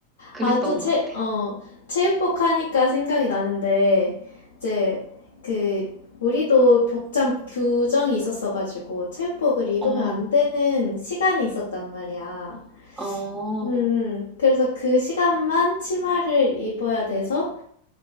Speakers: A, on the right; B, on the left.
A: 그랬던
B: 아, 또 체,
A: 것 같아.
B: 어, 체육복 하니까 생각이 나는데, 이제, 그, 우리도 복장 규정이 있었어가지고, 체육복을 입으면
A: 어,
B: 안 되는 시간이 있었단 말이야.
A: 어,
B: 음, 그래서 그 시간만 치마를 입어야 돼서,